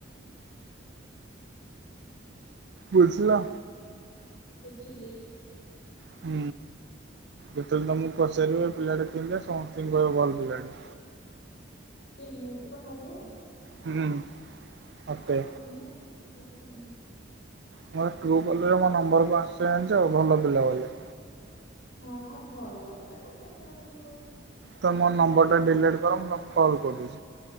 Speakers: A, on the right; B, on the left.
A: ବୁଝିଲ।
B: ବୁଝିଲି।
A: ହୁଁ ଯେତେବେଳେ ତମକୁ ପଚାରିବେ ଏଇ ପିଲାଟା କେମିତିଆ ସମସ୍ତିଙ୍କି କହିବ ଭଲ ପିଲାଟେ।
B: କିଏ ମୁଁ ତମକୁ।
A: ହୁଁ। ମତେ
B: ହଁ ହଁ ନିହାତି ନିହାତି ନିହାତି।
A: ମୋର ଟ୍ରୁ କଲରେ ମୋ ନମ୍ବର କଁ ଆସୁଛି ଜଣିଛ ଭଲ ପିଲା ବୋଲି।
B: ହଁ ଭଲ ପିଲା ନା ଛେନା ହେଇଥିବ।
A: ତମେ ମୋ ନମ୍ବର ଟା ଡିଲିଟ୍ କର ମୁଁ ତମକୁ କଲ୍ କରୁଚି।